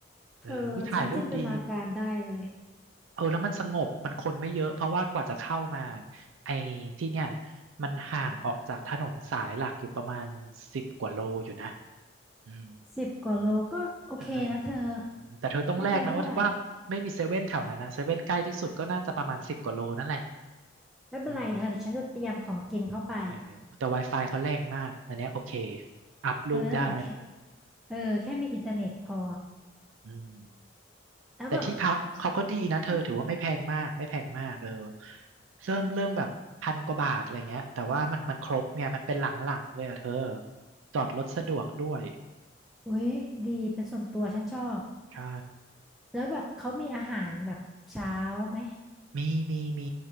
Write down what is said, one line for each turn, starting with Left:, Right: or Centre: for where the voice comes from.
Right: เออวิถ่ายรูปดี
Centre: เธอฉันจินตนาการได้เลย
Right: เออแล้วมันสงบมันคนไม่เยอะเพราะว่ากว่าจะเข้ามาไอ้ที่เนี่ยมันห่างออกจากถนนสายหลักอยู่ประมาณสิบกว่าโลอยู่นะอืม
Centre: สิบกว่าโลก็โอเคนะเธอ
Right: ใช่อืมแต่เธอต้องแลกนะว่าว่าไม่มีเซเว่นแถวนั้นนะเซเว่นใกล้ที่สุดก็น่าจะประมาณสิบกว่าโลนั่นแหละ
Centre: ไม่ไกลเท่าไหร่ไม่เป็นไรเธอเดี๋ยวฉันจะเตรียมของกินเข้าไป
Right: อืม เออแต่ Wi-Fi เขาแรงมากอันเนี้ยโอเคอัพรูปได้
Centre: เออนั่นแหละแค่เออแค่มีอินเทอร์เน็ตพอ
Right: อืม
Centre: แล้วแบบ
Right: แต่ที่พักเขาก็ดีนะเธอถือว่าไม่แพงมากไม่แพงมากเออ
Centre: อ่ะอืม
Right: เริ่มเริ่มแบบพันกว่าบาทอะไรเงี้ยแต่ว่ามันมันครบเนี่ยมันเป็นหลังๆเลยอ่ะเธอจอดรถสะดวกด้วย
Centre: อุ้ยดีเป็นส่วนตัวฉันชอบ
Right: ใช่
Centre: แล้วแบบเขามีอาหารแบบเช้าไหม
Right: มีมีมี